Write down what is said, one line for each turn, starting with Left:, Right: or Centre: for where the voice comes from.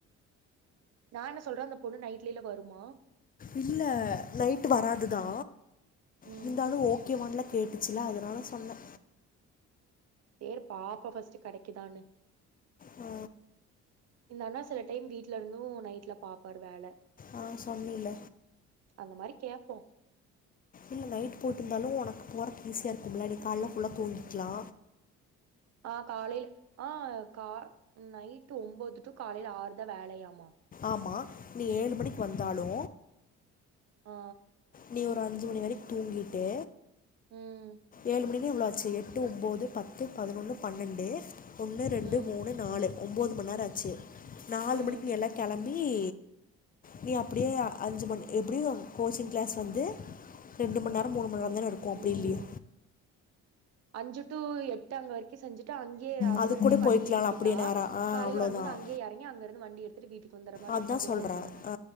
Right: நா என்ன சொல்றே அந்த பொண்ணு நைட்லேலா வருமா
Left: இல்ல நைட் வராதுதா
Right: ம்.
Left: இருந்தாலு ஓக் கேவான்ல கேட்டுச்சுல அதனால சொன்ன
Right: சேர் பாப்பா ஃபர்ஸ்ட்டு கெடைக்குதான்னு
Left: ஆ
Right: இந்த அண்ணா சில டைம் வீட்ல இருந்து நைட்ல பாப்பாரு வேல
Left: ஆ சொன்னீல
Right: அந்த மாரி கேப்போ
Left: இல்ல நைட்டு போட்டிருந்தாலு உனக்கு போறதுக் ஈஸியா இருக்கும்ல நீ கால்ல ஃபுல்லா தூங்கிக்லா
Right: ஆ காலைல ஆ கா நைட்டு் ஒம்போது டு காலையில ஆறு தா வேலையாமா
Left: ஆமா நீ ஏழு மணிக்கு வந்தாலு
Right: ஆ
Left: நீ ஒரு அஞ்சு மணி வரைக் தூங்கிட்டு
Right: ம்.
Left: ஏழு மணினா எவ்ளோ ஆச்சு எட்டு, ஒம்போது, பத்து, பதனொன்னு, பன்னெண்டு, ஒன்னு, ரெண்டு,
Right: ம்.
Left: மூணு, நாலு, ஒம்போது மணி நேர் ஆச்சு நாலு
Right: ம்
Left: மணிக்கு நீ எல்ல கெளம் ஏ நீ அப்டியே அஞ்சு மணி எப்டியு கோசிங் க்ளாஸ் வந்து ரெண்டு மண்நேரோ மூணு மண்நேரோ தான இருக்கு அப்டி
Right: ம்
Left: இல்லியா
Right: அஞ்சு டூ எட் ட்டா அங்க வரைக்கு செஞ்சுட்டு அங்கே அங்க
Left: அது
Right: இருந்தே
Left: கூட
Right: வண்டி
Left: போய்க்கலாம்
Right: ஏறிக்கிட்டா
Left: அப்படியே நேரம் ஆ
Right: காலைல
Left: அவ்வளோதான்
Right: வரு போது அங்கேயே எறங்கி அங்க இன்னு வண்டி எடுத் துட்டு வீட்டுக்கு வந்துற மாரி
Left: அதா
Right: இருந்தா கூட
Left: சொல்றே
Right: ஓகே தான
Left: ஆ